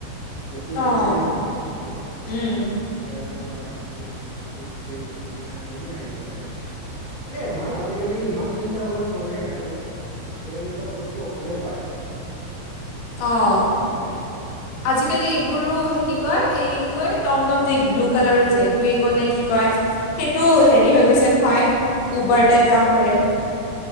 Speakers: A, on the right; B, on the left.
A: বস্তু ওজন
B: অঁ
A: বেছি হ'ব ন অ
B: উম
A: কেব লোলা আৰামছে গোটেই বস্তু উঠাই মেলি আহি য ডাইৰেক্ট এ ইমান আজিকালি ইমান চিন্তা কৰিব নালাগে আৰু আজিকালি চব বস্তু অকলেই পাৰে
B: অঁ
A: গম পাইছানে
B: আজিকালি এইবোৰো সি কি কয় এই কি কয় টম টম যে ব্লু কালাৰো জে ৱেগো নে
A: উম
B: কি কয় সেইটো হেৰি হৈ গৈছে নহয় উবাৰ টাইপ কাম কৰে